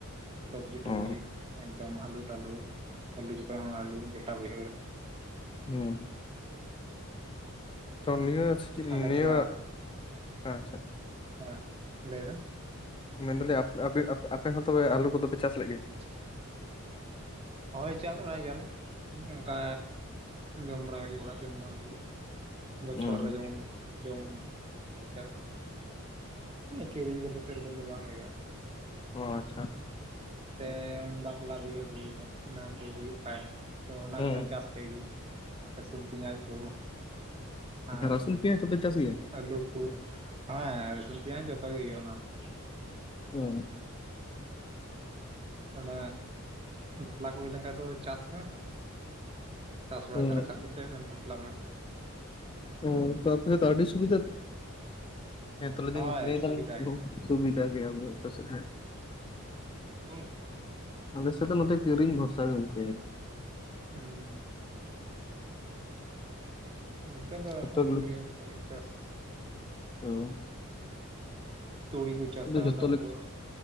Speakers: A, on the right; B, on the left.
A: ᱥᱚᱵᱽᱡᱤ ᱴᱚᱵᱡᱤ
B: ᱚ
A: ᱮᱠᱫᱚᱢ ᱟᱹᱞᱩ ᱴᱟᱞᱩ ᱟᱹᱞᱩ ᱡᱚᱠᱷᱚᱡ ᱦᱚᱸ ᱟᱹᱞᱩ ᱜᱚᱴᱟ ᱵᱟᱹᱭᱦᱟᱹᱲ ᱾
B: ᱦᱮᱸ᱾ ᱛᱚ ᱱᱤᱭᱟᱹ ᱥᱤᱡᱤ,
A: ᱟᱞᱮ
B: ᱱᱤᱭᱟᱹ
A: ᱛᱷᱚᱲᱟ
B: ᱟᱪᱷᱟ
A: ᱦᱮᱸ ᱞᱟᱹᱭᱵᱮᱱ?
B: ᱢᱮᱱᱫᱟᱞᱤᱧ ᱟᱯᱮ ᱦᱚᱸ ᱛᱚᱵᱮ ᱟᱞᱩ ᱠᱚᱫᱚᱯᱮ ᱪᱟᱥ ᱞᱮᱜ ᱜᱮᱭᱟ?
A: <unintelligible> ᱦᱳᱭ ᱪᱟᱥ ᱵᱟᱲᱟᱭ ᱜᱮᱭᱟᱞᱮ ᱚᱱᱠᱟ ᱡᱚᱢ ᱵᱟᱲᱟᱭ ᱞᱟᱹᱜᱤᱫ ᱚᱲᱟᱜ ᱡᱚᱢ ᱵᱟᱲᱟ ᱞᱟᱹᱜᱤᱫ ᱾ ᱵᱚᱪᱷᱚᱨ
B: ᱦᱩᱸ ᱦᱩᱸ
A: ᱨᱮ ᱡᱮᱢᱚᱱ ᱡᱚᱢ ᱞᱮᱠᱟ᱾ ᱢᱟᱱᱮ ᱠᱤᱨᱤᱧ ᱠᱚᱫᱚ ᱥᱮᱨᱚᱠᱚᱢ ᱫᱚ ᱵᱟᱝ ᱦᱩᱭᱩᱜᱼᱟ ᱾
B: ᱚᱻ ᱟᱪᱪᱷᱟ ᱾
A: ᱥᱮ ᱵᱟᱯᱞᱟ ᱵᱤᱦᱟᱹ ᱠᱚ ᱚᱱᱟ ᱠᱚ ᱦᱩᱭᱩᱜ ᱠᱷᱟᱡ ᱛᱚ ᱚᱱᱟ
B: ᱦᱩᱸ
A: ᱠᱚᱞᱮ ᱪᱟᱥ ᱛᱮ ᱜᱮ ᱨᱟᱹᱥᱩᱱ, ᱯᱮᱭᱟᱡᱽ ᱠᱚ ᱟᱨ
B: ᱨᱟᱹᱥᱩᱱ ᱯᱮᱸᱭᱟᱡᱽ ᱦᱚᱸᱯᱮ ᱪᱟᱥ ᱜᱮᱭᱟ?
A: ᱟᱹᱞᱩ ᱾ ᱦᱮᱸ ᱨᱟᱥᱩᱱ ᱯᱮᱸᱭᱟᱡᱽ ᱡᱚᱛᱚ ᱜᱮ ᱦᱩᱭᱩᱜᱼᱟ ᱚᱱᱟ ᱚᱠᱛᱮ ᱾
B: ᱦᱚ
A: <unintelligible> ᱛᱟᱦᱞᱮ ᱵᱟᱯᱞᱟ ᱠᱚ ᱦᱩᱭ ᱞᱮᱱᱠᱷᱟᱡ ᱫᱚ ᱪᱟᱥ ᱢᱮ᱾ ᱪᱟᱥ ᱵᱟᱲᱟᱛᱮ
B: ᱦᱩᱸ
A: ᱨᱟᱠᱟᱵ ᱠᱟᱛᱮᱫ ᱵᱮᱱ ᱵᱟᱯᱞᱟ ᱢᱮ‌᱾
B: ᱦᱩᱸ, ᱛᱚ ᱚᱯᱮ ᱥᱮᱫ ᱫᱚ ᱟᱹᱰᱤ ᱥᱩᱵᱤᱫᱷᱟ ᱦᱮᱸ ᱛᱚ ᱞᱮ ᱫᱤᱧ
A: ᱦᱳᱭ
B: ᱞᱟᱹᱭ
A: ᱥᱩᱵᱤᱫᱷᱟ
B: ᱫᱟᱞᱤᱧ
A: ᱜᱮᱭᱟ
B: ᱵᱚᱦᱩ ᱥᱩᱵᱤᱫᱟ ᱜᱮᱭᱟ ᱟᱞᱮ ᱥᱮᱫ ᱦᱮᱸ ᱾
A: ᱦᱮᱸ ᱾
B: ᱟᱞᱮ ᱥᱮᱫ ᱫᱚ ᱥᱮᱛᱚ ᱱᱚᱛᱮ ᱠᱤᱨᱤᱧ ᱵᱷᱚᱨᱥᱟ ᱜᱮ ᱜᱚᱝᱠᱮ ᱾
A: ᱦᱮᱸ ᱾ ᱱᱚᱸᱛᱮ ᱫᱚ
B: ᱡᱚᱛᱚ
A: ᱦᱩᱭᱩᱜ
B: ᱜᱮᱞᱮ
A: ᱜᱮᱭᱟ ᱡᱚᱛᱚ ᱜᱮ ᱪᱟᱥ ᱾
B: ᱚ ᱾
A: <unintelligible> ᱛᱩᱲᱤ ᱠᱚ ᱪᱟᱥᱟ
B: ᱡᱚᱛᱚ
A: ᱛᱟᱨᱯᱚᱨ
B: ᱞᱮᱠᱟ